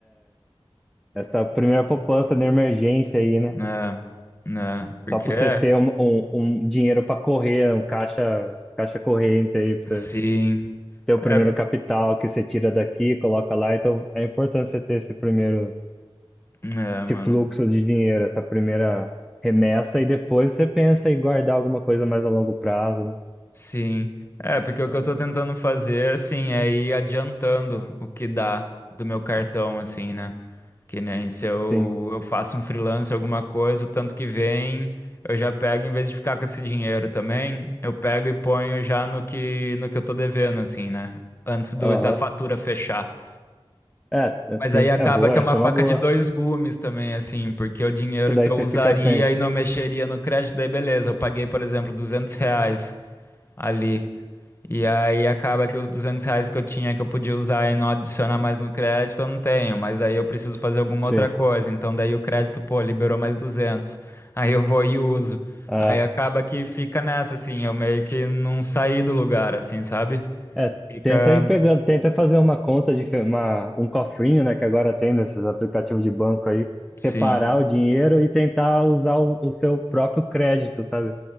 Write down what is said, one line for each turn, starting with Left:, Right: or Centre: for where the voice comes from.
Centre: essa primeira poupança de emergência aí, né?
Left: né, né, porque
Centre: Só para
Left: é,
Centre: você ter um, um, um dinheiro para correr, um caixa, caixa corrente aí, para
Left: sim,
Centre: você ter o primeiro
Left: é,
Centre: capital que você tira daqui, coloca lá. Então é importante você ter esse primeiro,
Left: é, mano.
Centre: esse fluxo de dinheiro, essa primeira remessa, e depois você pensa em guardar alguma coisa mais a longo prazo, né?
Left: Sim. É, porque o que eu tô tentando fazer, assim, é ir adiantando o que dá do meu cartão, assim, né? Que nem se eu,
Centre: Sim.
Left: eu faço um freelance, alguma coisa, o tanto que vem, eu já pego, em vez de ficar com esse dinheiro também, eu pego e ponho já no que, no que eu tô devendo, assim, né? Antes do,
Centre: Aham.
Left: da fatura fechar.
Centre: É,
Left: Mas
Centre: sim,
Left: aí acaba
Centre: é boa,
Left: que é
Centre: essa
Left: uma faca
Centre: é uma boa.
Left: de dois gumes também, assim, porque o dinheiro
Centre: Que daí
Left: que eu
Centre: você
Left: usaria
Centre: fica sem.
Left: e não mexeria no crédito, daí beleza, eu paguei, por exemplo, 200 reais ali. E aí acaba que os 200 reais que eu tinha que eu podia usar e não adicionar mais no crédito, eu não tenho, mas daí eu preciso fazer alguma
Centre: Sim.
Left: outra coisa. Então daí o crédito, pô, liberou mais duzentos Aí eu vou e uso.
Centre: Ah,
Left: Aí acaba que fica nessa, assim, eu meio que não saí do lugar, assim, sabe?
Centre: É,
Left: Fica,
Centre: tenta ir pegando, tenta fazer uma conta de uma, um cofrinho, né, que agora tem nesses aplicativos de banco aí, separar
Left: sim.
Centre: o dinheiro e tentar usar o, o seu próprio crédito, sabe?